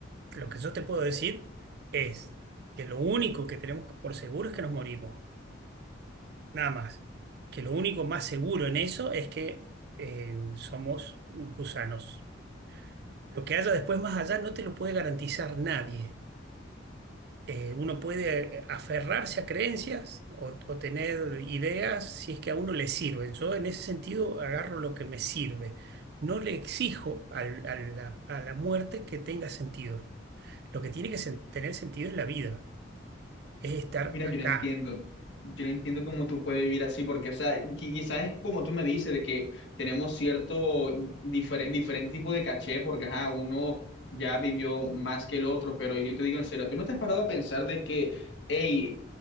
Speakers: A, on the right; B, on the left.
A: lo que yo te puedo decir es que lo único que tenemos por seguro es que nos morimos, nada más. Que lo único más seguro en eso es que eh, somos gusanos. Lo que haya después más allá no te lo puede garantizar nadie. eh, uno puede eh, aferrarse a creencias o, o tener ideas si es que a uno le sirven. Yo en ese sentido agarro lo que me sirve. No le exijo al- a la, a la muerte que tenga sentido. Lo que tiene que sen- tener sentido es la vida, es estar
B: Mira,
A: acá.
B: yo no entiendo. Yo no entiendo cómo tú puedes vivir así, porque, o sea, qui- quizás es como tú me dices, de que tenemos cierto diferente, diferente tipo de caché, porque, ajá, uno ya vivió más que el otro, pero yo te digo en serio, ¿tú no te has parado a pensar de que, hey,